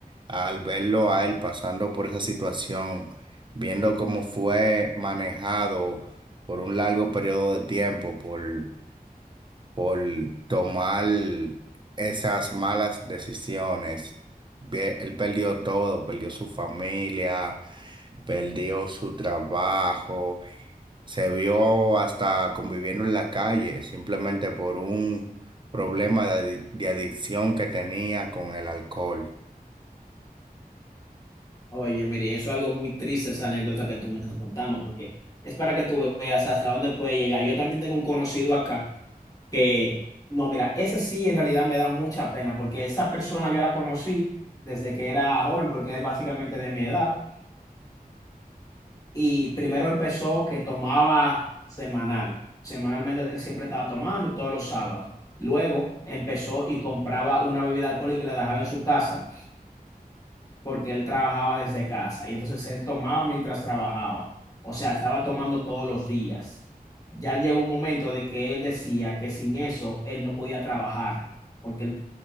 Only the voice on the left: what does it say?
Oye, mire, eso es algo muy triste, esa anécdota que tú me estás contando, porque es para que tú veas hasta dónde puede llegar. Yo también tengo un conocido acá que, no, mira, ese sí en realidad me da mucha pena, porque esa persona yo la conocí desde que era joven, porque es básicamente de mi edad, y primero empezó que tomaba semanal, semanalmente él siempre estaba tomando todos los sábados. Luego empezó y compraba una bebida alcohólica y la dejaba en su casa. porque él trabajaba desde casa y entonces él tomaba mientras trabajaba. O sea, estaba tomando todos los días. Ya llegó un momento de que él decía que sin eso él no podía trabajar porque él,